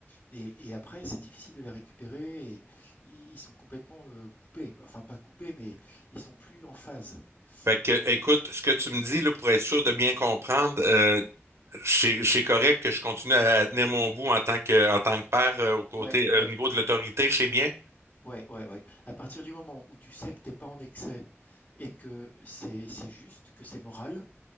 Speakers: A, on the left (about 35°); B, on the right (about 70°).
A: et, et après c'est difficile de les récupérer et ils sont complètement euh, coupés, enfin pas coupés mais ils sont plus en phase.
B: Fait que,
A: Donc
B: euh, écoute, ce que tu me dis, là, pour être sûr de bien comprendre, euh, c'est, c'est correct que je continue à tenir mon bout en tant que, en tant que père,
A: oh,
B: euh, au
A: ouais,
B: côté, euh,
A: ouais,
B: au niveau
A: ouais.
B: de l'autorité, c'est bien?
A: Ouais, ouais, ouais. À partir du moment où tu sais que t'es pas en excès et que c'est c'est juste, que c'est moral,